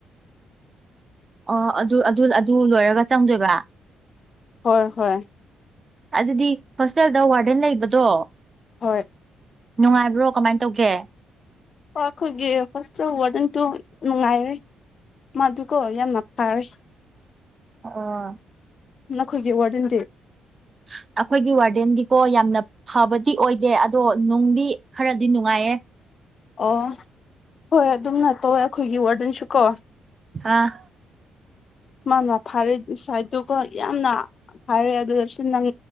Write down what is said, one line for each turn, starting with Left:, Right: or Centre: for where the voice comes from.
Right: ꯑꯣ ꯑꯗꯨ ꯑꯗꯨ ꯂꯣꯏꯔꯒ ꯆꯪꯗꯣꯏꯕ
Left: ꯍꯣꯏ ꯍꯣꯏ
Right: ꯑꯗꯨꯗꯤ ꯍꯣꯁꯇꯦꯜꯗ ꯋꯥꯔꯗꯦꯟ ꯂꯩꯕꯗꯣ
Left: ꯍꯣꯏ
Right: ꯅꯨꯡꯉꯥꯏꯕ꯭ꯔꯣ ꯀꯃꯥꯏꯅ ꯇꯧꯒꯦ
Left: ꯍ ꯑꯩꯈꯣꯏꯒꯤ ꯍꯣꯁꯇꯦꯜ ꯋꯥꯔꯗꯟꯇꯣ ꯅꯨꯡꯉꯥꯏꯔꯦ ꯃꯗꯨꯀꯣ ꯌꯥꯝꯅ ꯐꯔꯦ
Right: ꯑ
Left: ꯅꯈꯣꯏꯒꯤ ꯋꯥꯔꯗꯟꯗꯤ
Right: <inaudible> ꯑꯩꯈꯣꯏꯒꯤ ꯋꯥꯔꯗꯦꯟꯒꯤꯀꯣ ꯌꯥꯝꯅ ꯐꯕꯗꯤ ꯑꯣꯏꯗꯦ ꯑꯗꯣ ꯅꯨꯡꯗꯤ ꯈꯔꯗꯤ ꯅꯨꯡꯉꯥꯏꯌꯦ
Left: ꯑꯣ ꯍꯣꯏ ꯑꯗꯨꯝꯅ ꯇꯧꯋꯦ ꯑꯩꯈꯣꯏꯒꯤ ꯋꯥꯔꯗꯟꯁꯨ ꯀꯣ
Right: ꯍꯥꯥ
Left: ꯃꯥꯅ ꯐꯥꯔꯦ ꯁꯥꯏꯠꯇꯨꯒ ꯌꯥꯝꯅ ꯐꯔꯦ ꯑꯗꯨꯁꯨ ꯅꯪ